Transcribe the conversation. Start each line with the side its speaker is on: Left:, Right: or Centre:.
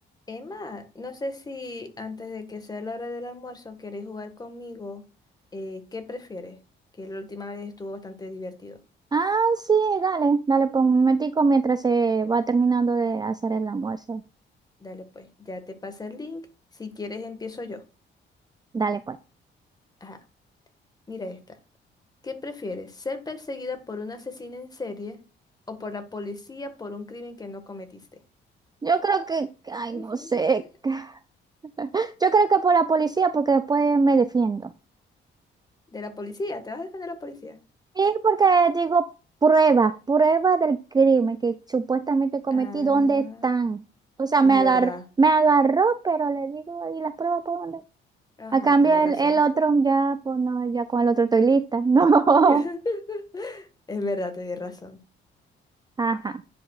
Left: Emma, no sé si antes de que sea la hora del almuerzo queréis jugar conmigo. eh, ¿qué prefieres? Que la última vez estuvo bastante divertido.
Right: Ah, sí, dale, dale, pues un momentico mientras se va terminando de hacer el almuerzo.
Left: Dale pues, ya te pasé el link. Si quieres empiezo yo.
Right: Dale, pues.
Left: Ajá, mira esta. ¿Qué prefieres? ¿Ser perseguida por un asesino en serie o por la policía por un crimen que no cometiste?
Right: Yo creo que, ay,
Left: <laughs>
Right: no sé. <laughs> Yo creo que por la policía, porque después me defiendo.
Left: De la policía, ¿te vas a defender de la policía?
Right: Y porque digo pruebas, pruebas del crimen que supuestamente cometí,
Left: Ah,
Right: ¿dónde están? O sea,
Left: es
Right: me
Left: verdad.
Right: agar- me agarró, pero le digo, ¿y las pruebas por dónde?
Left: Ajá,
Right: A cambio,
Left: tenés
Right: el,
Left: razón.
Right: el otro ya, pues no, ya con el otro estoy lista. <laughs> No.
Left: <laughs> Es verdad, tenés razón.
Right: Ajá,